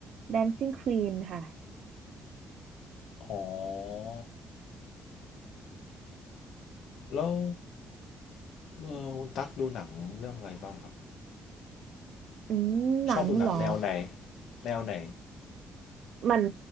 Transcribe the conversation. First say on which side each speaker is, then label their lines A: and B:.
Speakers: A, on the right; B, on the left.
A: Dancing Queen ค่ะ
B: อ๋อแล้วเออคุณตั๊กดูหนังเรื่องอะไรบ้างครับ
A: อืม หนังเหรอ
B: ชอบดูหนังแนวไหนแนวไหน
A: เหมือน